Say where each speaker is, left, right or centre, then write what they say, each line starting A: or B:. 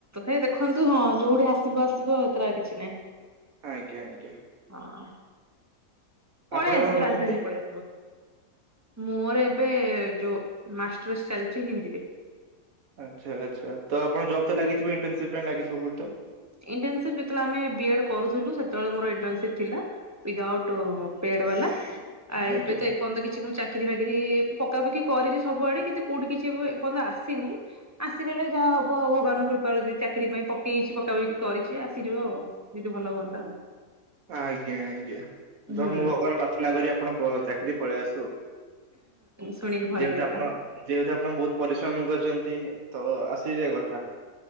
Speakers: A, on the right (about 15°); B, on the right (about 70°).
A: ଏଇ ଦେଖନ୍ତୁ ହଁ ଯୋଉଠି ଆସିବ ଆସିବ ଏଥରେ ଆଉ କିଛି ନାଇଁ।
B: ଆଜ୍ଞା ଆଜ୍ଞା।
A: ହଁ। ପଳେଇ
B: ଆପଣ ଏବେ
A: ଆସିବ
B: କଣ କରୁଛନ୍ତି?
A: ରାଜଧାନୀ ପଳେଇ ଆ ମୋର ଏବେ ଯୋଉ ମାଷ୍ଟର୍ସ ଚାଲିଛି ହିନ୍ଦୀରେ।
B: ଆଚ୍ଛା ଆଚ୍ଛା ତ ଆପଣ ଜବ୍ ତ ଲାଗିଥିବ ଇଣ୍ଟନ୍ସିପ ପାଇଁ ଲାଗଥିବ କୋଉଠି ତ।
A: ଇଣ୍ଟନ୍ସିପ ଯେତେବେଳେ ଆମେ ବି ଏଡ୍ କରୁଥିଲୁ ସେତେବେଳେ ମୋର ଇଣ୍ଟନସିପ ଥିଲା। ୱିଦାଉଟ୍ ପେଡ ବାଲା। ଆ
B: ଆଜ୍ଞା
A: ଏବେ ତ ଏପର୍ଯ୍ୟନ୍ତ କିଛି ମୁ ଚାକ୍ ଚାକିରି ବାକିରି ପକାପକି କରିଛି ସବୁ ଆଡେ। କିନ୍ତୁ କୋଉଠି କିଛି ଏ ପର୍ଯ୍ୟନ୍ତ ଆସିନି ଆସିଗଲେ ଯାହା ହବ ଭଗବାନଙ୍କ କୃପାରୁ ଯଦି ଚାକିରି ପାଇଁ ପକେଇଛି ପକ - ତ କରିଛି ଆସିଯିବ ଆଉ ଯଦି ଭଲ ହୁଅନ୍ତା ଆଉ।
B: ଆଜ୍ଞା ଆଜ୍ଞା
A: ହୁଁ
B: ତ ମୁଁ ଭଗବାନଙ୍କୁ ପ୍ରାର୍ଥନା କରି ଆପଣ ଚାକିରି ପଳେଇ ଆସୁ।
A: ଶୁଣିକି ଭଲ
B: ଯେହେତୁ
A: ଲାଗିଲା।
B: ଆପଣ ଯେହେତୁ ଆପଣ ବହୁତ ପରିଶ୍ରମ କରିଛନ୍ତି ତ ଆସିଯିବା କଥା।